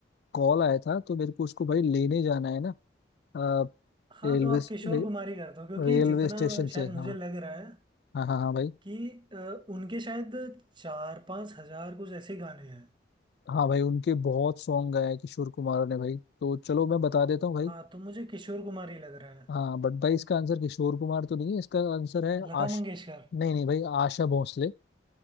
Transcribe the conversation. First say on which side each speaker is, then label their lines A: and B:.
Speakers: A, on the left (about 60°); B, on the right (about 25°).
A: कॉल आया था तो मेरे को उसको भाई लेने जाना है ना अ,
B: हाँ
A: रेलवे
B: तो आप किशोर
A: रे,
B: कुमार ही कर दो क्योंकि
A: रेलवे
B: जितना
A: स्टेशन
B: शायद
A: से हाँ
B: मुझे लग रहा है
A: हाँ हाँ हाँ भाई
B: कि अ, उनके शायद चार पाँच हजार कुछ ऐसे गाने हैं
A: हाँ भाई उनके बहुत सॉन्ग गाए हैं किशोर कुमार ने भाई तो चलो मैं बता देता हूँ भाई
B: हाँ तो मुझे किशोर कुमार ही लग रहा है
A: हाँ बट भाई इसका आंसर किशोर कुमार तो नहीं है इसका आंसर है
B: लता
A: आश
B: मंगेशकर
A: नहीं नहीं भाई आशा भोसले